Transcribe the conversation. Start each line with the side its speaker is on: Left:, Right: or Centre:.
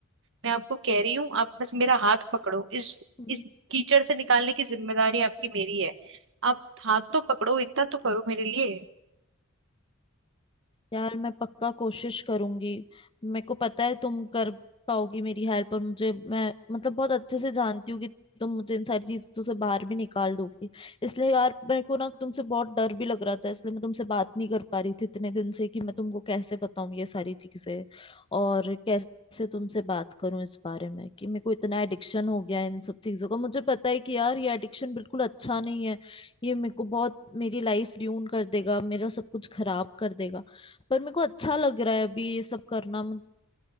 Right: मैं आपको कह रही हूँ आप बस मेरा हाथ पकड़ो इस
Left: हम्म।
Right: इस कीचड़ से निकालने की जिम्मेदारी आपकी मेरी है आप हाथ तो पकड़ो इतना तो करो मेरे लिए
Left: यार मैं पक्का कोशिश करूंगी मेरे को पता है तुम कर पाओगी मेरी हेल्प और मुझे मैं मतलब बहुत अच्छे से जानती हूँ कि तुम मुझे इन सारी चीजों से बाहर भी निकाल दोगी इसलिए यार मेरे को ना तुमसे बहुत डर भी लग रहा था इसलिए मैं तुमसे बात नहीं कर पा रही थी इतने दिन से कि मैं तुमको कैसे बताऊं ये सारी चीजें और कैसे तुमसे बात करूं इस बारे में कि मेरे को इतना एडिक्शन हो गया है इन सब चीजों का मुझे पता है कि यार ये एडिक्शन बिल्कुल अच्छा नहीं है ये मेरे को बहुत मेरी लाइफ ड्यून कर देगा मेरा सब कुछ खराब कर देगा पर मेरे को अच्छा लग रहा है अभी ये सब करना मुझे